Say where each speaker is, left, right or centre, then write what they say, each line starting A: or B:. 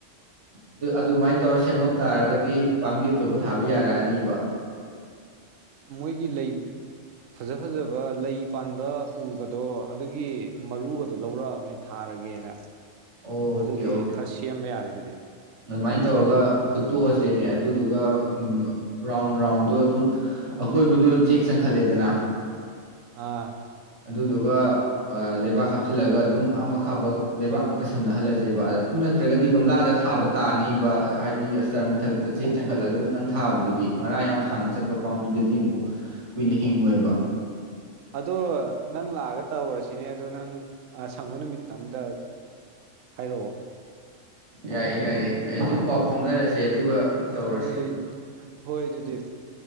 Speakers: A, on the right; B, on the right.
A: ꯑꯗꯨ ꯑꯗꯨꯃꯥꯏꯅ ꯇꯧꯔ ꯁꯦꯝꯃꯛ ꯇꯥꯔꯒꯗꯤ ꯄꯥꯝꯕꯤ ꯑꯆꯧꯕ ꯊꯥꯕ ꯌꯥꯔꯛꯑꯅꯤꯕ
B: ꯃꯣꯏꯒꯤ ꯂꯩ ꯐꯖ ꯐꯖꯕ ꯂꯩ ꯄꯥꯟꯕ ꯎꯒꯗꯣ ꯑꯗꯨꯒꯤ ꯃꯔꯨꯒꯗꯣ ꯂꯧꯔꯛꯑꯕꯅꯤ ꯊꯥꯔꯒꯦꯅ
A: ꯑꯣꯀꯦ
B: ꯑꯗꯨꯗꯤ
A: ꯑꯣꯀꯦ
B: ꯈꯔ ꯁꯦꯝꯕ ꯌꯥꯔꯤ ꯑꯗꯨꯗꯤ
A: ꯑꯗꯨꯃꯥꯏꯅ ꯇꯧꯔꯒ ꯍꯨꯠꯇꯣꯛꯑꯁꯦꯅꯦ ꯑꯗꯨꯗꯨꯒ ꯎꯝ ꯔꯥꯎꯟ ꯔꯥꯎꯟꯗꯣ ꯑꯗꯨꯝ ꯑꯀꯣꯏꯕꯗꯨ ꯆꯦꯛ ꯆꯪꯈꯠꯂꯦꯗꯅ
B: ꯑꯥ
A: ꯑꯗꯨꯗꯨꯒ ꯂꯩꯕꯥꯛ ꯍꯥꯞꯆꯤꯜꯂꯒ ꯑꯗꯨꯝ ꯑꯥ ꯃꯈꯥ ꯐꯥꯎꯕ ꯂꯩꯕꯥꯛ ꯉꯥꯛꯇ ꯁꯝꯅꯍꯜꯂꯁꯦꯕ ꯑꯗꯨ ꯅꯠꯇ꯭ꯔꯒꯗꯤ ꯒꯝꯂꯥꯗ ꯊꯥꯕ ꯇꯥꯅꯤꯕ ꯍꯥꯏꯗꯤ ꯑꯁꯇꯔ ꯃꯊꯛꯇ ꯆꯦꯛ ꯆꯪꯈꯠꯂꯒ ꯇꯪ ꯊꯥꯕꯗꯨꯗꯤ ꯃꯔꯥ ꯌꯥꯝ ꯁꯥꯡꯅ ꯆꯠꯄ ꯄꯥꯝꯕꯤꯗꯗꯤ ꯑꯃꯨꯛ ꯀꯨꯏꯅ ꯍꯤꯡꯉꯣꯏꯕ
B: ꯑꯗꯣ ꯅꯪ ꯂꯥꯛꯑꯒ ꯇꯧꯔꯁꯤꯅꯦ ꯑꯗꯣ ꯅꯪ ꯁꯪꯕ ꯅꯨꯃꯤꯠꯇ ꯑꯝꯇ ꯍꯥꯏꯔꯑꯣ
A: ꯌꯥꯏꯌꯦ ꯌꯥꯏꯌꯦ ꯑꯩ ꯑꯗꯨꯝ ꯄꯥꯎ ꯐꯥꯎꯅꯔꯁꯦ ꯑꯗꯨꯒ ꯇꯧꯔꯁꯦ
B: ꯍꯣꯏ ꯍꯣꯏ ꯑꯗꯨꯗꯤ
A: ꯎꯝ